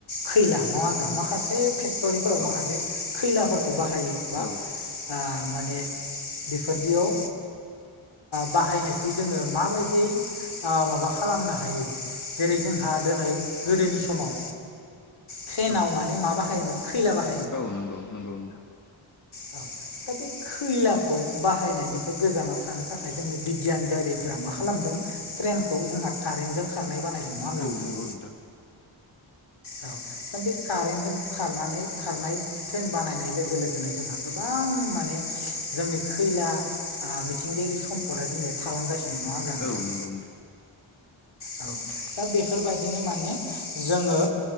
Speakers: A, on the left; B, on the left.
A: खैला नङा होनब्ला माखासे फेक्ट'रि फोराव
B: औ
A: माखासे खैलाफोरखौ बाहायो बा-
B: औ
A: आ माने बेफोरदियाव बाहायनायखौ जोङो माबायदि माबा खालामनो हायो जेरै जोंहा दिनै गोदोनि समाव ट्रेनाव
B: औ
A: माने मा बाहायोमोन खैला बाहाय
B: औ नंगौ नंगौ नोंथां
A: औ दा बे खैलाखौ बाहायनायनिफ्राय गोजानाव थानो थाखाय जोंनि बिगियान गिरिफोरा मा खालामदों ट्रेनखौ जोंहा कारेन्टजों खारनाय बानायदों नङा होनबा नोंथां
B: नंगौ औ नोंथां
A: औ दा बे कारेन्टजों खारनानै खारनाय ट्रेन बानायनाय लोगो लोगोनो जोंहा गोबां माने जोंनि खैला मिथिंगायारि सम्पदा जोंनि थालांगासिनो नङा होनब्ला नोंथां
B: औ नंगौ
A: औ दा बेफोरबायदिनो माने जोङो